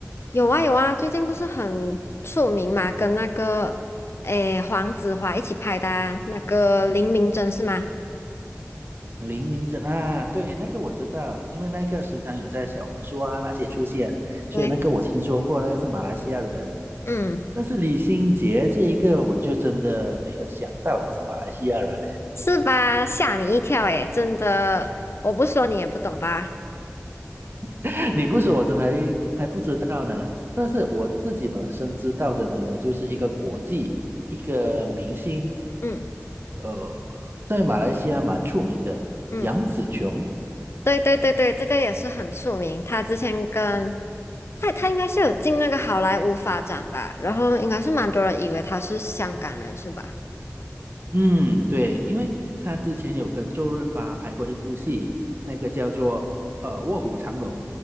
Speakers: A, on the left (about 55°); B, on the right (about 45°).
A: 有啊有啊，最近不是很出名嘛，跟那个诶黄子华一起拍的啊那个林明珍是吗？
B: 林明珍啊，对，那个我知道，因为那个时常有在小红书啊那些出现，所以那个我听说过，
A: 对，
B: 那个是马来西亚人。
A: 嗯，
B: 但是李心洁这一个，我就真的没有想到他是马来西亚人呢。
A: 是吧？吓你一跳诶，真的，我不说你也不懂吧？
B: <laughs> 你不说，我真的还还不知道呢。但是我自己本身知道的呢，就是一个国际一个明星，
A: 嗯
B: 呃，在马来西亚蛮出名的杨紫琼。
A: 嗯。对对对对，这个也是很出名。他之前跟他他应该是有进那个好莱坞发展吧，然后应该是蛮多人以为他是香港人是吧？
B: 嗯，对，因为他之前有跟周润发拍过一部戏，那个叫做呃《卧虎藏龙》，